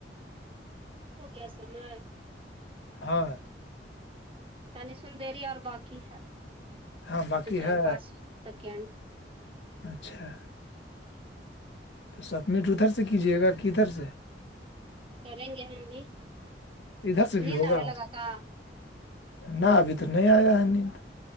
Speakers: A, on the right; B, on the left.
A: ہو گیا سمے
B: ہاں
A: تنی سندیری اور باقی ہے
B: ہاں باقی
A: دو چار
B: ہے
A: پانچ سکینڈ <unintelligible>
B: اچھا تو سبمٹ ادھر سے کیجیے گا کدھر سے
A: کریں گے ہم بھی
B: ادھر سے بھی
A: نیند
B: ہوگا
A: آ لگا کا
B: نہ ابھی تو نہیں آیا ہے نیند